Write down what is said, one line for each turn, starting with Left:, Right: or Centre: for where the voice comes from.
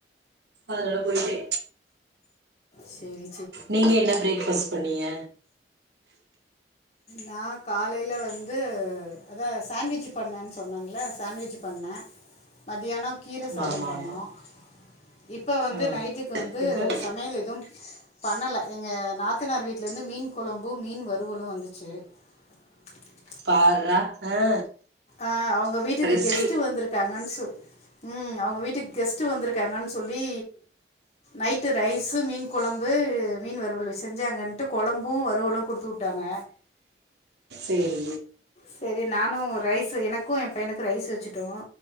Right: ஆஹ போயிட்டே
Left: செரி
Right: நீங்க என்ன பிரேக் ஃபாஸ்ட் பண்ணிங்க
Left: நான் காலையில வந்து அதான் சாண்ட்விச் பண்ணிணேன் சொன்னேன்ல சாண்ட்விச் பண்ண மதியானம் கீரை சாதம்
Right: ஆமா ஆமா
Left: பண்ணோம்
Right: ஆமா
Left: இப்ப வந்து
Right: ஆ
Left: நைட்டுக்கு வந்து
Right: இப்ப
Left: சமையல் எதுவும் பண்ணல எங்க நாத்தனார் வீட்ல இருந்து மீன் குழம்பு மீன் வருவலும் வந்து இருக்கு செர்
Right: பார்றா ஆ
Left: ஆஹ் அவங்க வீட்டுக்கு
Right: ரெஸ்ட்டு
Left: கெஸ்ட் வந்திருக்காங்கன்னு சொல்லி ம் அவங்க வீட்டுக்கு கெஸ்ட் வந்திருக்காங்கன்னு சொல்லி நைட்டு ரைஸ் மீன் குழம்பு மீன் வருவல் செஞ்சாகன்ட்டு குழம்பும் வறுவலும் கொடுத்து விட்டாங்க
Right: செரி
Left: செரி நானும் ரைஸ் எனக்கும் என் பையனுக்கும் ரைஸ் வச்சுட்டோம்